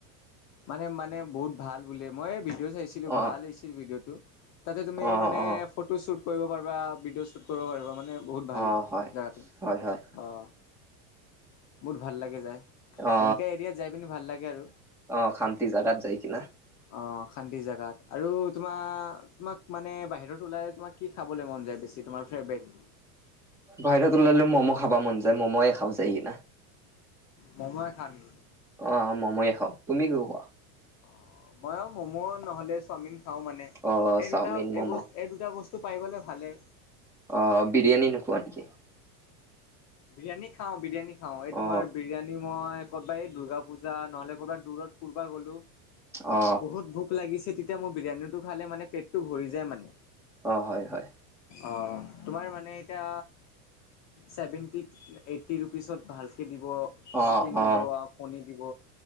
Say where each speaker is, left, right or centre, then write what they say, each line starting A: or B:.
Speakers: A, on the left (about 35°); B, in the centre.
A: মানে মানে বহুত ভাল বোলে মই ভিডিঅ' চাইছিলো
B: অ
A: ভাল হৈছিল ভিডিঅ'টো। তাতে তুমি
B: অ
A: মানে
B: অ
A: ফটো শ্বুট কৰিব পাৰিবা, ভিডিঅ' শ্বুট কৰিব পাৰিবা মানে বহুত ভাল
B: অ হয়
A: জেগাটো
B: হয় হয়
A: অ' বহুত ভাল লাগে যায়।
B: অ
A: এনকা এৰিয়াত যাই পিনি ভাল লাগে আৰু।
B: অ' শান্তি জাগাত যায় কিনে
A: অ' শান্তি জাগাত আৰু তোমাৰ, তোমাক মানে বাহিৰত ওলাই তোমাক কি খাবলৈ মন যায় বেছি তোমাৰ ফেভৰেট?
B: বাহিৰত ওলালে মম' খাব মন যায়, মম'য়ে খাও যায় কিনে
A: মম'য়ে খাও নেকি?
B: অ' মম'য়ে খাও। তুমি কি খোৱা?
A: অ' মইও ম'ম' নহ'লে চাওমিন খাওঁ। মানে
B: অ
A: এই
B: চাওমিন
A: দুটা
B: ম'ম'
A: এই বস্তু এই দুটা বস্তু পাই গ'লে ভালেই।
B: অ' বিৰিয়ানী নোখোৱা নেকি?
A: বিৰিয়ানী খাওঁ, বিৰিয়ানী খাওঁ। এই তোমাৰ
B: অ
A: বিৰিয়ানী মই ক'ৰবা এই দুৰ্গা পূজা নহ'লে ক'ৰবাত দূৰত ফুৰবা গ'লো
B: অ
A: বহুত ভোক লাগিছে তেতিয়া মোৰ বিৰিয়ানীটো খালে মানে পেটটো ভৰি যায় মানে।
B: অ' হয়, হয়।
A: অ', তোমাৰ মানে এতিয়া চেভেন টি, এইট্টি ৰুপিচত ভালকৈ দিব।
B: অ
A: চিকেন
B: অ
A: দিব আৰু কণী দিব।